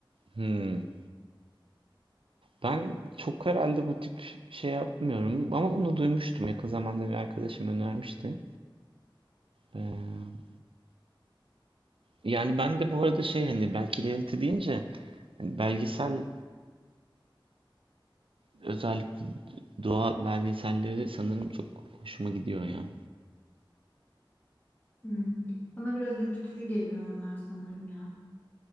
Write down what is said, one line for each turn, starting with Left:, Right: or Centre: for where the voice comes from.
Right: hmm. Ben çok herhalde bu tip şey yapmıyorum ama bunu duymuştum. Yakın zamanda bir arkadaşım önermişti. Ee, Yani ben de bu arada şey hani belki reality deyince hani belgesel özellikle doğa belgeselleri sanırım çok hoşuma gidiyor ya.
Left: Hmm. Bana biraz ürkütücü geliyor onlar sanırım ya.